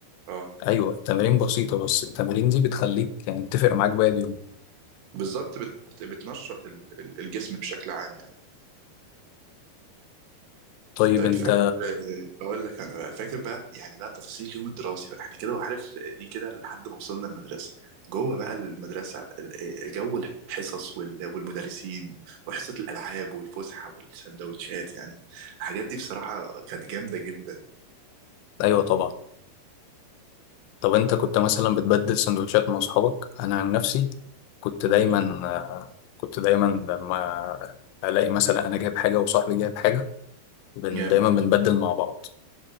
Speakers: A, on the right; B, on the left.
A: اه
B: أيوة التمارين بسيطة بس التمارين دي بتخليك يعني بتفرق معاك باقي اليوم
A: بالظبط بت... بتنشط ال- ال- الجسم بشكل عام يعني
B: طيب
A: طيب
B: أنت
A: فاكر آه، بقول لك انا بقى فاكر بقى يعني بقى تفاصيل اليوم الدراسي بقى احنا كده وعارف آه، دي كده لحد ما وصلنا المدرسه جوه بقى المدرسه ال- آه، جو الحصص وال- والمدرسين وحصه الالعاب والفسحه والسندوتشات يعني الحاجات دي بصراحه كانت جامده جدا
B: أيوة طبعا طب انت كنت مثلا بتبدل سندوتشات مع اصحابك انا عن نفسي كنت
A: قول
B: دايما آه، كنت دايما لما الاقي مثلا انا جايب حاجه وصاحبي جايب حاجه بن
A: جامد
B: دايما بنبدل مع بعض